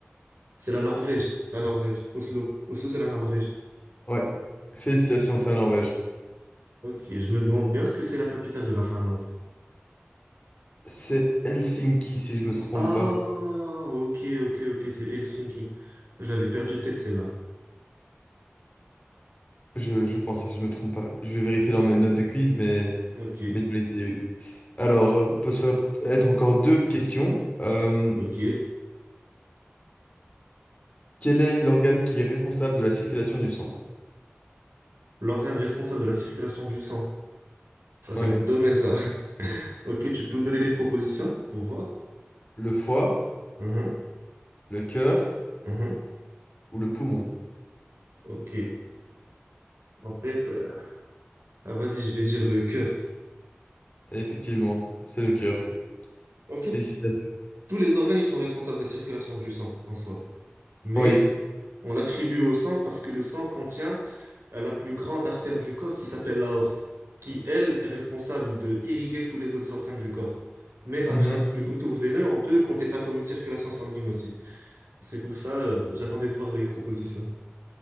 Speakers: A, on the right (about 70°); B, on the left (about 30°).
A: C'est la Norvège, la Norvège. Oslo. Oslo, c'est la Norvège.
B: Ouais, félicitations, c'est la Norvège.
A: Ok, je me demande bien ce que c'est la capitale de la Finlande.
B: C'est Helsinki, si je me trompe
A: Ah,
B: pas.
A: ok, ok, ok, c'est Helsinki. Je l'avais perdu de tête celle-là.
B: Je, je pense, si je me trompe pas. Je vais vérifier dans mes notes de quiz, mais,
A: Ok,
B: mais dans l'idée, oui. Alors, euh, on peut se faire être encore deux questions. Euh,
A: ok.
B: quel est l'organe qui est responsable de la circulation du sang?
A: L'organe responsable de la circulation du sang. Ça, c'est
B: Ouais.
A: mon domaine, ça. <laughs> Ok, tu peux me donner les propositions pour voir?
B: Le foie,
A: Mhm,
B: le cœur
A: mhm.
B: ou le poumon.
A: Ok. En fait, euh, ah, vas-y, je vais dire le cœur.
B: effectivement, c'est le cœur.
A: En fait,
B: Félicitations.
A: tous les organes, ils sont responsables de la circulation du sang en soi. Mais
B: Oui,
A: On l'attribue au sang parce que le sang contient euh, la plus grande artère du corps qui s'appelle l'aorte, qui, elle, est responsable de irriguer tous les autres organes du corps. Mais après,
B: Mhm.
A: avec le retour veineux, on peut compter ça comme une circulation sanguine aussi. C'est pour ça, euh, j'attendais de voir les propositions.